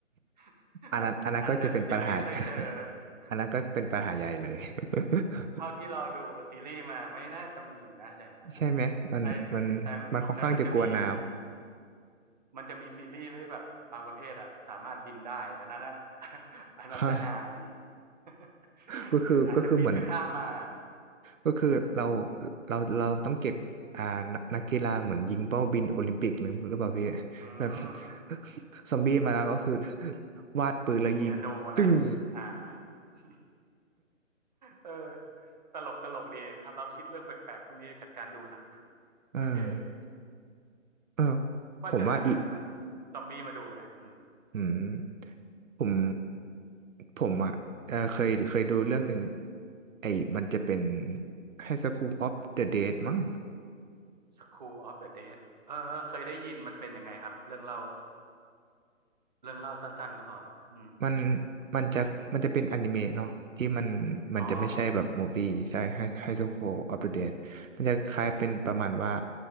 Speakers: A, on the right; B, on the right.
A: <laughs>
B: อันนั้นอันนั้นก็จะเป็นปัญหา
A: อาจอาจจะยังไม่เคยเจอ
B: <laughs>
A: <laughs>
B: อันนั้นก็เป็นปัญหาใหญ่เลย <laughs>
A: เท่าที่เราดูซีรีส์มาไม่น่าจะมีนะอย่างนั้นนะ
B: ใช่ไหมมันมันมันค่อนข้างจะกลัวน้
A: ไอแต่แต่มันจะมี มันจะมีซีรีส์ให้แบบบางประเภทอะสามารถบินได้อันนั้นอะ <laughs>
B: ำฮะ
A: อันนั้นจะฮาดี <laughs>
B: <laughs> ก็คือก็คือเหมือน
A: อาจจะบินข้ามมา
B: ก็คือเราเราเราต้องเก็บอ่านักนักกีฬาเหมือนยิงเป้าบินโอลิมปิกหรือหรือเปล่าพี่
A: อื
B: แบบ
A: ม
B: <laughs> ซอมบี้มาแล้วก็คือ วาดปืนแล้วยิงตึ้ง
A: ยิงธนูนะอ่า <laughs> เออตลกตลกดีครับเราคิดเรื่องแปลกๆพวกนี้จากการดูหนัง
B: <laughs> เอ
A: โอเค
B: อเออ
A: ว่าจะหาหนังซอมบี้มาดูนะอืม
B: ผมว่าอีก อืมผมผมอ่ะเอ่อเคยเคยดูเรื่องหนึ่งไอ้มันจะเป็นให้ School of the Dead มั้ง
A: School of the Dead เออเคยได้ยินมันเป็นยังไงครับเรื่องเล่าเรื่องเล่าสั้นๆก็พออืม
B: มันมันจะมันจะเป็นอนิเมะเนาะที่มันมันจะไม่ใช่แบบมูฟี่ใช่ไฮไฮสคูลออฟเดอะเดดมันจะคล้ายเป็นประมาณว่า
A: อ๋อ